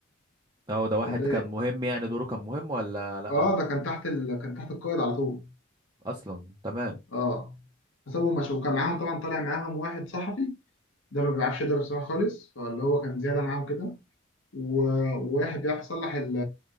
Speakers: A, on the right; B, on the left.
A: اه ده واحد
B: والباقي
A: كان مهم يعني دوره كان مهم ولا لأ
B: اه ده كان تحت ال... كان تحت القائد على طول
A: أصلا تمام
B: اه فسابهم مشوا وكان معاهم طبعا طالع معاهم واحد صحفي ده ما بيعرفش يضرب سلاح خالص فاللي هو كان زياده معاهم كده و- وواحد بيعرف يصلح ال-